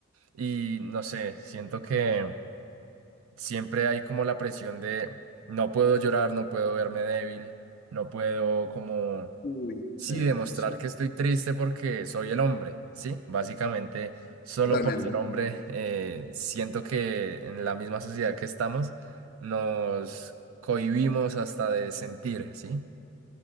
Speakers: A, on the right; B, on the left.
A: Y no sé, siento que siempre hay como la presión de no puedo llorar, no puedo verme débil, no puedo como,
B: Uy,
A: sí,
B: sí,
A: demostrar
B: eso.
A: que estoy triste porque soy el hombre, ¿sí? Básicamente, solo
B: Totalmente.
A: por ser hombre, eh, siento que en la misma sociedad que estamos nos cohibimos hasta de sentir, ¿sí?